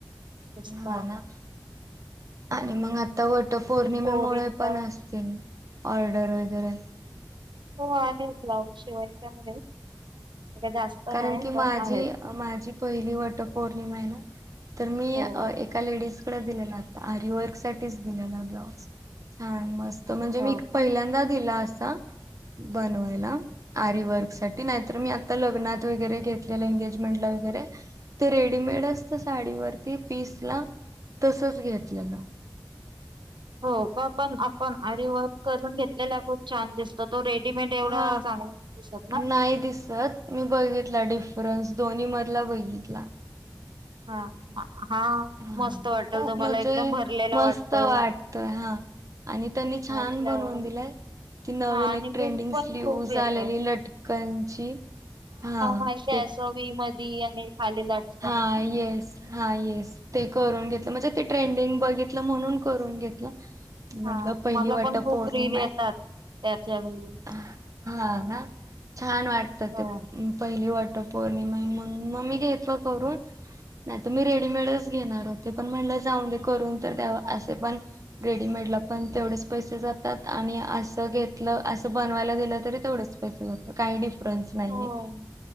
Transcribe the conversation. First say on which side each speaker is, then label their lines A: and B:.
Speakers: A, on the right; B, on the right.
A: रस्ता
B: हा ना आणि मग आता वटर पौर्णिमेमुळे
A: पोरींचा
B: पण असतील ऑर्डर वगैरे
A: हो आहे ब्लाऊज शिवायचा आहे. का जास्त
B: कारण
A: नाही
B: की माझी
A: पण आहेत
B: माझी पहिली वट पौर्णिमा आहे ना? तर मी
A: हो
B: एका लेडीज कड दिलेलाता आरीवर्क साठीच दिलेला ब्लाऊज छान मस्त त म्हणजे
A: हो
B: मी
A: का
B: पहिल्यांदा दिला असा बनवायला आरी वर्क साठी नाही तर मी आता लग्नात वैगरे घेतले एंगेजमेंट ला वगैरे रेडीमेड असतं साडी वरती पीसला तसंच घेतलं.
A: हो का पण आपण अरी वर्क करून घेतलेला खूप छान दिसतो. तो रेडीमेड एवढा
B: हा
A: चांगला नाही दिसत ना
B: नाही दिसत मी बघितला डिफरन्स. दोन्ही मधला बघितला
A: हा. हा
B: हा
A: मस्त वाटेल
B: खूप
A: तुम्हाला
B: म्हणजे
A: एकदम भरलेला
B: मस्त
A: वाटतो.
B: वाटतय हा. आणि त्यांनी छान
A: घातल्यावर
B: बनवून दिलाय. ती नवीन
A: हा आणि
B: एक ट्रेंडिंग
A: लुक पण
B: स्लीव,
A: खूप येतय
B: आलेली लटकन. हा,
A: माहिती
B: ते
A: आहे असं वी मधी आणि खाली लटकन
B: हा
A: ना
B: येस हा येस ते करून घेतल, म्हणजे ते ट्रेंडंग बघित म्हणून करून घेतल. म्हणलं
A: हा
B: पहिली
A: मला
B: वटपौर्णिमा
A: पण खूप रील येतात
B: आहे.
A: त्याच्या रील
B: हा ना छान वाटतं
A: हो
B: ते पहिली वट पौर्णिमा आहे मग मी घेतलं करून. नाहीतर मी रेडीमेडच घेणार होते, पण म्हणलं जाऊ दे करून तर द्यावं असे पण रेडीमेड ला पण तेवढेच पैसे जातात आणि असं घेतलं असं बनवायला दिलं तरी तेवढेच पैसे जातात काही डिफरन्स नाहीये.
A: हो